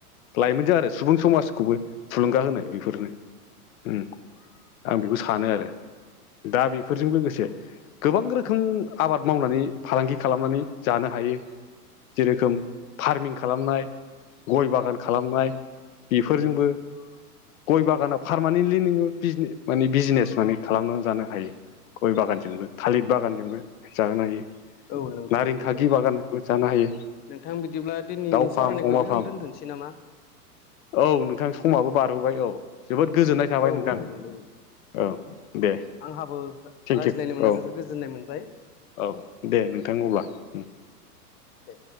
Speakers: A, on the left; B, on the left.
A: लाइमोन जों आरो सुबुं समाजखौबो थुलुंगा
B: औ नोंथां
A: होनाय
B: औ
A: बेफोरनो उम आं बेखौ सानो आरो दा बेफोरजों लोगोसे गोबां रोखोम आबाद मावनानै फालांगि खालामनानै जानो हायो जेरोखोम फार्मिं खालामनाय गय बागान खालामनाय बेफोरजोंबो गय बागाना पारमानेन्टलि नोङो बिजनेस माने बिजिनेस माने खालामनानै जानो हायो गय बागानजोंबो थालिर बागानजोंबो जाहोनो हायो
B: औ नंगौ
A: नारेंखागि
B: नोंथां औ
A: बागानजोंबो जानो हायो
B: नोंथां बिदिब्ला दिनैनि
A: दाउ फार्म
B: सावरायनायखौ
A: अमा
B: बेयावनो
A: फार्म
B: दोनथ'सै नामा
A: औ नोंथां समाबो बारबोबाय औ जोबोद गोजोननाय थाबाय
B: औ
A: नोंथां
B: औ नंगौ नोंथां
A: औ दे
B: आंहाबो
A: थेंकिउ
B: रायज्लायनो मोना
A: औ
B: जोबोद गोजोननाय मोनबाय
A: औ दे नोंथां अब्ला उम
B: दे